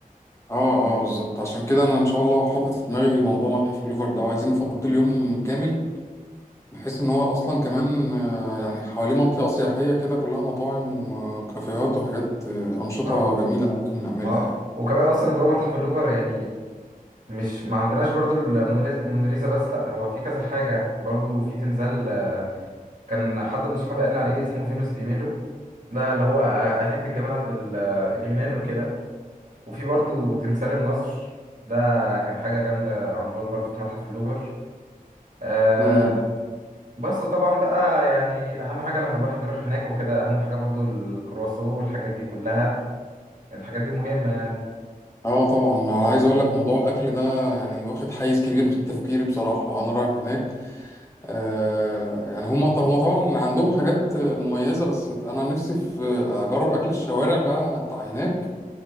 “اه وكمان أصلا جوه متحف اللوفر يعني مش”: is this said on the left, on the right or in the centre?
Right